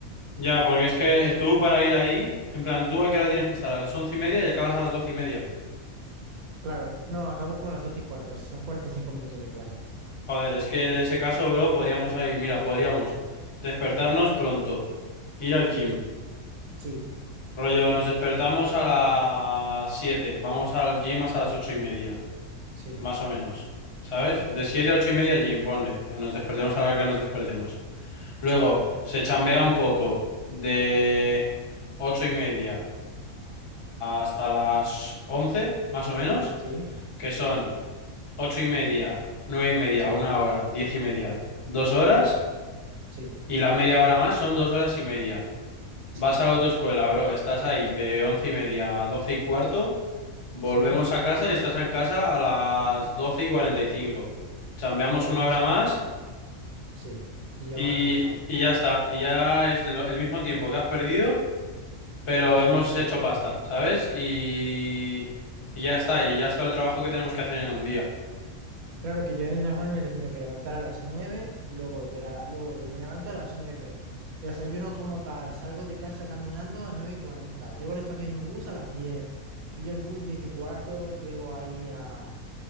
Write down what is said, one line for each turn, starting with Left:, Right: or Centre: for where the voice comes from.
Left: Ya, porque es que
Right: Entonces,
Left: tú para ir ahí, en plan, ¿tú a qué hora tienes que estar? A las once y media y acabas a las doce y media.
Right: claro, no, acabo como a las doce y cuarto, son cuarenta y cinco minutos de clase.
Left: Joder, es que en ese caso, bro, podríamos ir. mira, podríamos despertarnos pronto, ir al
Right: Sí,
Left: gym.
Right: sí,
Left: Rollo, nos despertamos a las siete, vamos al gym hasta las ocho y media,
Right: sí,
Left: más o menos. ¿Sabes? De siete a ocho y media
Right: sí,
Left: gym, ponle. Nos despertemos a la hora que nos despertemos. Luego,
Right: sí,
Left: se chambea un poco de ocho y media hasta las once, más o menos.
Right: sí,
Left: que son ocho y media, nueve y media, una hora, diez y media, dos horas,
Right: sí,
Left: y la media hora más son dos horas y media.
Right: sí,
Left: Vas a la autoescuela, bro, estás ahí de once y media a doce y cuarto, volvemos
Right: sí.
Left: a casa y estás en casa a las doce y cuarenta y cinco. Chambeamos
Right: Y volvemos
Left: una hora más
Right: a... Sí, y ya
Left: y,
Right: hemos recuperado.
Left: y ya está, y ya es lo- el mismo tiempo que has perdido, pero
Right: Sí,
Left: hemos
Right: literal.
Left: hecho pasta, ¿sabes? Y, y ya está, y ya está el trabajo que tenemos que hacer en un día.
Right: Claro que yo eh, normalmente tendría que levantar a las 9, luego de la, luego de- me levanto a las 9, desayuno como tal, salgo de casa caminando a nueve y 40, llego a la estación de bus a las 10, pillo el bus 10 y cuarto, llego ahí a,